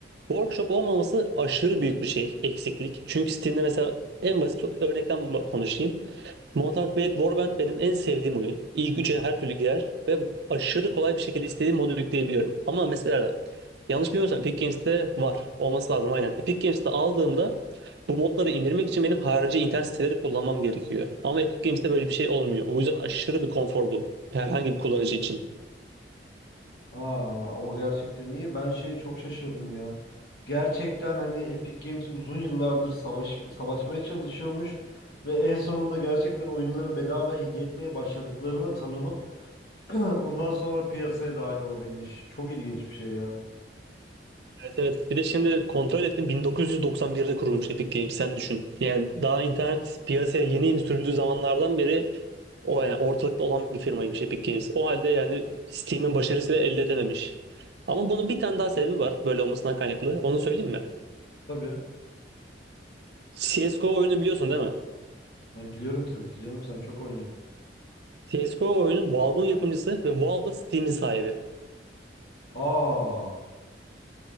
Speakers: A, on the right; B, on the left.
A: Workshop olmaması aşırı büyük bir şey, eksiklik. Çünkü Steam'de mesela en basit örnekten konuşayım. Mortal Kombat Warband benim en sevdiğim oyun. İlk üçe her türlü girer ve aşırı kolay bir şekilde istediğim modu yükleyebiliyorum. Ama mesela yanlış bilmiyorsam Epic Games'te var. Olması lazım aynen. Epic Games'te aldığımda bu modları indirmek için benim harici internet siteleri kullanmam gerekiyor. Ama Epic Games'te böyle bir şey olmuyor. O yüzden aşırı bir konfor bu. Herhangi bir kullanıcı için.
B: Aa, o gerçekten iyi. Ben şeye çok şaşırdım ya. Gerçekten hani Epic Games uzun yıllardır savaş, savaşmaya çalışıyormuş ve en sonunda gerçekten oyunları bedava hediye etmeye başladıklarına tanınıp <clears throat> ondan sonra piyasaya dahil olabilmiş. Çok ilginç bir şey ya.
A: Evet evet. Bir de şimdi kontrol ettim 1991'de kurulmuş Epic Games. Sen düşün. Yani daha internet piyasaya yeni yeni sürüldüğü zamanlardan beri O yani ortalıkta olan bir firmaymış Epic Games. O halde yani Steam'in başarısıyla elde edememiş. Ama bunun bir tane daha sebebi var böyle olmasından kaynaklı. Onu söyleyeyim mi?
B: Tabii.
A: CSGO oyunu biliyorsun değil mi?
B: Hani biliyorum tabii ki canım sen çok oynuyorsun.
A: CSGO oyunu Valve'ın yapımcısı ve Valve da Steam'in sahibi.
B: Aa,